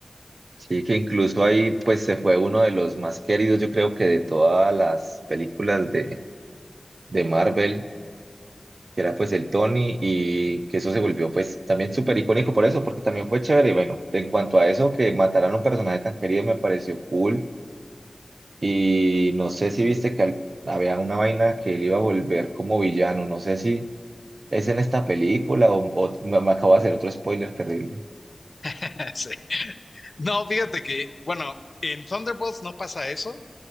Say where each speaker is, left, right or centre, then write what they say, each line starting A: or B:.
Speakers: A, on the right; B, on the left.
A: Sí, que incluso ahí pues se fue uno de los más queridos, yo creo que de todas las películas de, de Marvel. que era pues el Tony y que eso se volvió pues también súper icónico por eso, porque también fue chévere. Y bueno, en cuanto a eso, que mataran a un personaje tan querido me pareció cool. Y no sé si viste que al- había una vaina que él iba a volver como villano, no sé si es en esta película o, o- me, me acabo de hacer otro spoiler terrible.
B: <laughs> Sí. No, fíjate que, bueno, en Thunderbolts no pasa eso,